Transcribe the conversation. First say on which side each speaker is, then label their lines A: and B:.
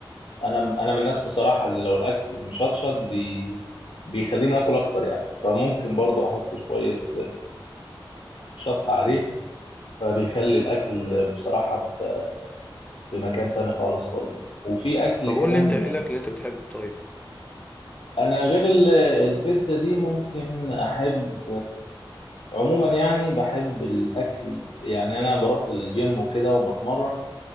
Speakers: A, on the left (about 85°); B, on the left (about 15°).
A: انا انا من الناس بصراحه اللي لو الاكل مشطشط بي... بيخليني اكل اكتر يعني فممكن برضو احط شويه شط عليه فبيخلي الاكل بصراحه في في مكان تاني خالص برضو وفي اكل
B: طب
A: كمان
B: قول لي انت ايه الاكل اللي انت بتحبه طيب
A: انا غير ال- البيتزا دي ممكن احب عموما يعني بحب الاكل يعني انا بروح الجيم وكده وبتمرن